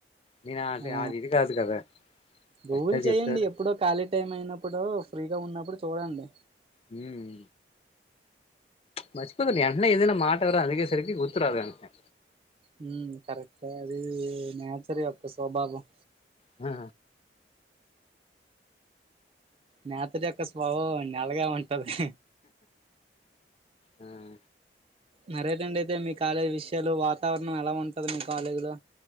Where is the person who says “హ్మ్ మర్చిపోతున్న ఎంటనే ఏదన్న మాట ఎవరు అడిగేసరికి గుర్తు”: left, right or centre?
Left